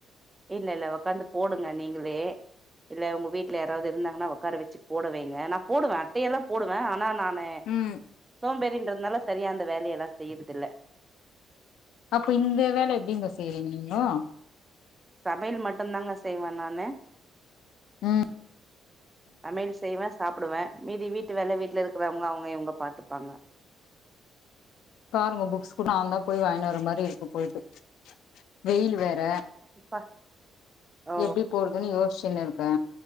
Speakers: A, on the right (about 20°); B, on the left (about 80°).
A: இல்ல இல்ல ஒக்காந்து போடுங்க நீங்களே இல்ல உங்க வீட்ல யாராவ்து இருந்தாங்னா ஒக்கார வெச்சி போட வெய்ங்க நா போடுவ அட்டையல்லா போடுவ ஆனா நா நே
B: ம்
A: சோம்பேறின் ட்றதுனால சரியா அந்த வேலியலா செய்யிற்தில்ல
B: அப்ப இந்த வேல எப்டிங்கோ செய்வீங் நீங்கோ
A: சமைல் மட்டுந்தாங்க செய்வ நானு
B: ம்
A: சமையல் செய்வ சாப்புடுவ மீதி வீட்டு வேல வீட்ல இருக்குறவ்ங்க அவ்ங்க இவ்ங்க பாத்துப்பாங்க
B: காருங்கோ புக்ஸ்க்கு நாந்தா போய் வாய்ன் வர மாரி இருக்கு போயிட்டு வெயில் வேற
A: ப்பா ஓ
B: எப்டி போறதுன் யோஸ்ச் வெயில் இருக்கா